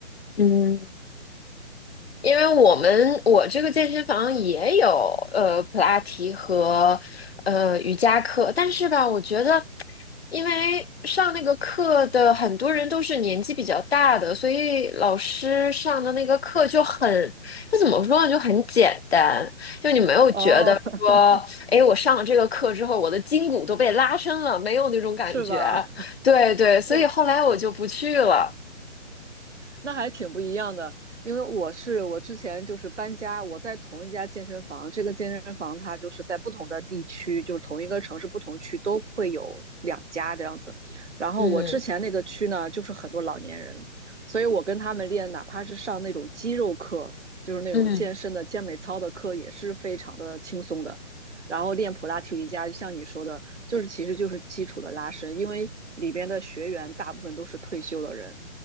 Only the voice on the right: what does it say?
对，
哦，<laughs>
是吧？<laughs>
我那还挺不一样的，因为我是我之前就是搬家，我在同一家健身房，这个健身房它就是在不同的地区，就是同一个城市不同区都会有两家这样子。然后我之前那个区呢，
就是很多老年人，所以我跟他们练，哪怕是上那种肌肉课，就是那种健身的健美操的课，
也是非常的轻松的。然后练普拉提瑜伽，就像你说的，就是其实就是基础的拉伸，因为里边的学员大部分都是退休的人。